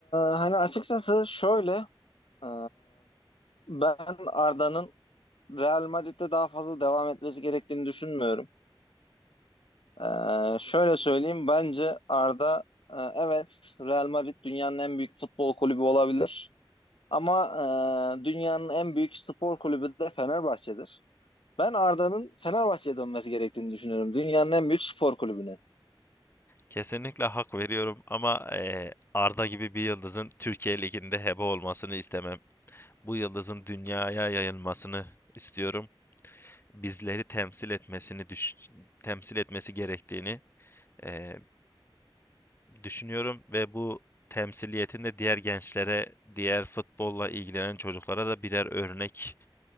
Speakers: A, on the left (about 75°); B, on the left (about 25°).
A: e, hani açıkçası şöyle e, ben Arda'nın Real Madrid'de daha fazla devam etmesi gerektiğini düşünmüyorum. E, şöyle söyleyeyim bence Arda e, evet Real Madrid dünyanın en büyük futbol kulübü olabilir. Ama e, dünyanın en büyük spor kulübü de Fenerbahçe'dir. Ben Arda'nın Fenerbahçe'ye dönmesi gerektiğini düşünüyorum. Dünyanın en büyük spor kulübüne.
B: Kesinlikle hak veriyorum ama eee, Arda gibi bir yıldızın Türkiye Ligi'nde hebe olmasını istemem. Bu yıldızın dünyaya yayılmasını istiyorum. Bizleri temsil etmesini düş temsil etmesi gerektiğini eee, düşünüyorum ve bu temsiliyetin de diğer gençlere, diğer futbolla ilgilenen çocuklara da birer örnek